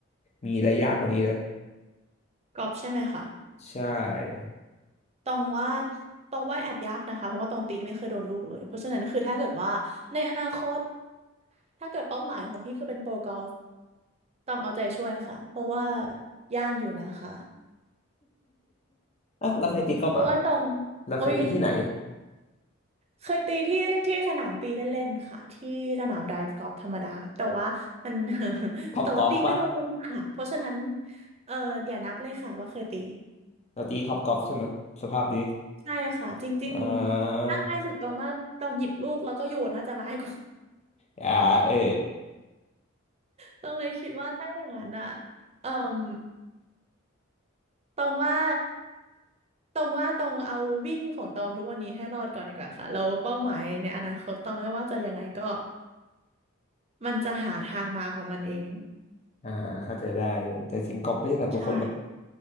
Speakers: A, on the left (about 35°); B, on the right (about 30°).
A: มีอะไรยากกว่านี้นะ
B: กอบใช่ไหมคะ
A: ใช่
B: ตองว่าตองว่าแอบยากนะคะเพราะว่าตองตีไม่เคยโดนลูกเลยเพราะฉะนั้นคือถ้าเกิดว่าในอนาคตถ้าเกิดเป้าหมายของพี่คือเป็นโปรกอล์ฟตองเอาใจช่วยค่ะเพราะว่ายากอยู่นะคะ
A: อ่ะเราเคยตีกอล์ฟเหรอ่ะ
B: เพราะว่าตอง
A: เราเคยตีที่ไหน
B: โอ้ยเคยตีที่ที่สนามตีเล่นๆค่ะที่สนามไดฟ์กอล์ฟธรรมดาแต่ว่ามัน <laughs>
A: ท็อปกอล์ฟปะ
B: แต่ว่าตีไม่โดนลูกค่ะเพราะฉะนั้นเอออย่านับเลยค่ะว่าเคยตี
A: เราตีท็อปกอล์ฟใช่ไหมสภาพนี้
B: ใช่ค่ะจริงๆถ้าง่ายสุดตรงว่าตองหยิบลูกแล้วก็โยนน่าจะร้ายกว่า
A: อ่าอ่าเออ
B: ตรงเลยคิดว่าถ้าอย่างนั้นอ่ะเอ่มตรงว่าตรงว่าตรงเอาวิ่งของตรงทุกวันนี้ให้รอดก่อนดีกว่าค่ะแล้วเป้าหมายในอนาคตตรงไม่ว่าจะยังไงก็มันจะหาทางมาของมันเอง
A: <laughs> อ่าเข้าใจได้แต่จริงกอล์ฟไม่ใช่สำหรับทุกคนหรอก
B: ใช่